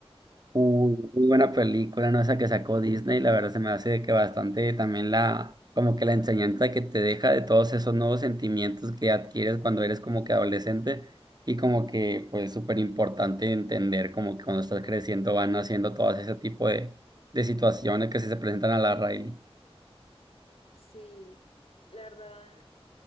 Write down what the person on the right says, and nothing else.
Uy, muy buena película, ¿no? Esa que sacó Disney, la verdad se me hace que bastante también la, como que la enseñanza que te deja de todos esos nuevos sentimientos que adquieres cuando eres como que adolescente y como que pues súper importante entender como que cuando estás creciendo van haciendo todo ese tipo de, de situaciones que sí se presentan a la Riley.